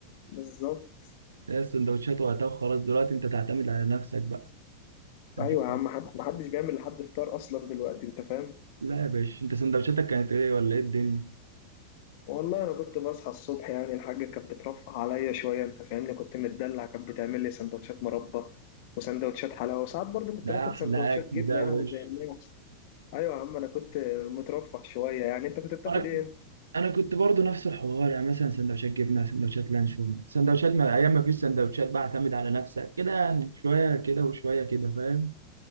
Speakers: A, on the left; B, on the right.
A: بالظبط
B: هي السندوتشات وقتها وخلاص دلوقتي انت تعتمد على نفسك بقى مفيش-
A: ايوه يا عم حد- محدش بيعمل لحد فطار اصلا دلوقتي انت فاهم
B: لا يا باشا انت سندوتشاتك كانت ايه ولا ايه الدنيا
A: والله انا كنت بصحى الصبح يعني الحاجه كانت بترفه عليا شويه انت فاهمني كنت متدلع كانت بتعمل لي سندوتشات مربى وسندوتشات حلاوه وساعات برضو كنت
B: ده
A: باخد
B: احلى
A: سندوتشات
B: اكل
A: جبنه
B: ده يا
A: يعني
B: باشا
A: زي الناس ايوه يا عم انا كنت مترفه شويه يعني انت كنت بتاخد
B: انا كنت
A: ايه انت
B: انا كنت برضه نفس الحوار يعني مثلا سندوتشات جبنه سندوتشات لانشون سندوتشات ما ايام ما فيش سندوتشات بقى اعتمد على نفسك كده يعني شويه كده وشويه كده فاهم